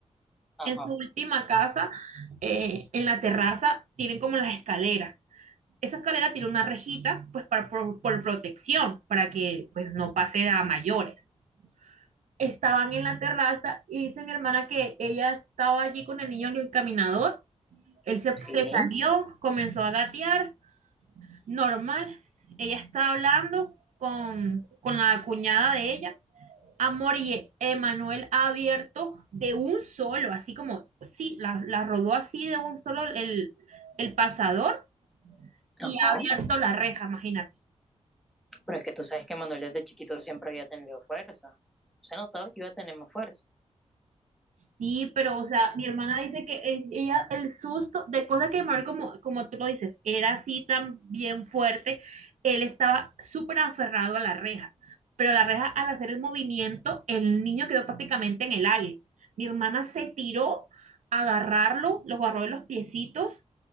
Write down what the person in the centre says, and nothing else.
Ajá,
sí,
ajá.
Pero es que tú sabes que Manuel desde chiquito siempre había tenido fuerza. Se notaba que iba a tener más fuerza.